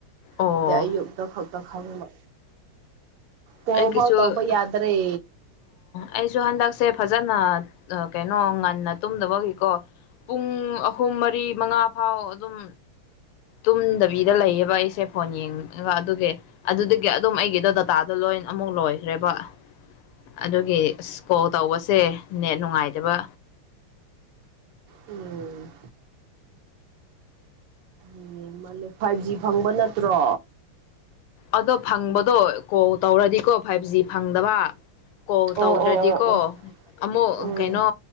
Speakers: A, on the left (about 80°); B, on the right (about 85°).
A: ꯑꯣ
B: ꯑꯗꯨꯗꯤ ꯑꯌꯨꯛꯇ ꯈꯛ ꯄ ꯈꯪꯕ ꯀꯣꯜ
A: ꯑꯩꯒꯤꯁꯨ
B: ꯐꯥꯎ ꯇꯧꯕ
A: ꯑꯣ
B: ꯌꯥꯗ꯭ꯔꯦ
A: ꯑꯩꯁꯨ ꯍꯟꯗꯛꯁꯦ ꯐꯖ ꯀꯩꯅꯣ ꯉꯟꯅ ꯇꯨꯝꯗꯕꯒꯤꯀꯣ ꯄꯨꯡ ꯑꯍꯨꯝ ꯃꯔꯤ ꯃꯉꯥ ꯐꯥꯎ ꯑꯗꯨꯝ ꯇꯨꯝꯗꯕꯤꯗ ꯂꯩꯌꯦꯕ ꯑꯩꯁꯦ ꯐꯣꯟ ꯌꯦꯡꯉꯒ ꯑꯗꯨꯒꯤ ꯑꯗꯨꯒꯤ ꯑꯗꯨꯝ ꯑꯩꯒꯤꯗꯣ ꯗꯇꯥꯗꯣ ꯂꯣꯏ ꯑꯃꯨꯛ ꯂꯣꯏꯈ꯭ꯔꯦꯕ ꯑꯗꯨꯒꯤ ꯑꯁ ꯀꯣꯜ ꯇꯧꯕꯁꯦ ꯅꯦꯠ ꯅꯨꯡꯉꯥꯏꯇꯕ
B: ꯎꯝ ꯑꯦ ꯃꯥꯂꯦ ꯐꯥꯏꯚ ꯖꯤ ꯐꯪꯕ ꯅꯠꯇ꯭ꯔꯣ
A: ꯑꯗꯣ ꯐꯪꯕꯗꯣ ꯀꯣꯜ ꯇꯧꯔꯗꯤꯀꯣ ꯐꯥꯏꯚ ꯖꯤ ꯐꯪꯗꯕ ꯀꯣ
B: ꯑꯣ
A: ꯇꯧꯗ꯭ꯔꯗꯤꯀꯣ
B: ꯑꯣ ꯑꯣ ꯑꯣ
A: ꯑꯃꯨꯛ
B: ꯎꯝ
A: ꯀꯩꯅꯣ